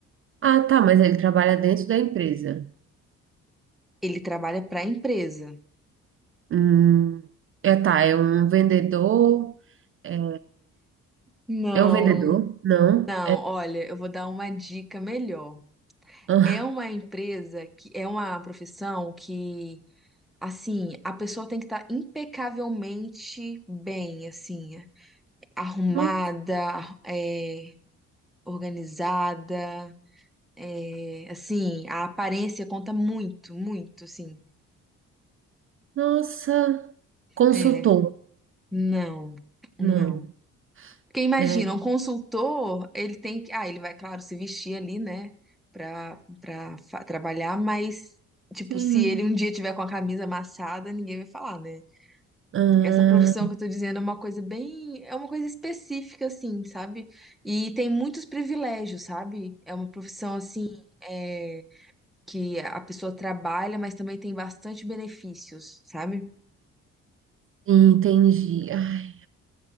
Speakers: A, on the right; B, in the centre.
A: ah, tá, mas ele trabalha dentro da empresa.
B: Ele trabalha para a empresa.
A: Hum, é, tá, é um vendedor... É
B: Não,
A: é um vendedor? Não.
B: não, olha, eu vou dar uma dica melhor.
A: Ah,
B: É uma empresa que é uma profissão que, assim, a pessoa tem que estar impecavelmente bem, assim, arrumada,
A: no-
B: é, organizada, é, assim, a aparência conta muito, muito, assim.
A: nossa, consultor?
B: É, não, não.
A: Não.
B: Porque imagina,
A: É,
B: um consultor, ele tem que. Ah, ele vai, claro, se vestir ali, né, pra, pra fa- trabalhar, mas, tipo,
A: sim.
B: se ele um dia tiver com a camisa amassada, ninguém vai falar, né?
A: Ah,
B: Essa profissão que eu tô dizendo é uma coisa bem. É uma coisa específica, assim, sabe? E tem muitos privilégios, sabe? É uma profissão, assim, é, que a pessoa trabalha, mas também tem bastante benefícios, sabe?
A: entendi. Ai,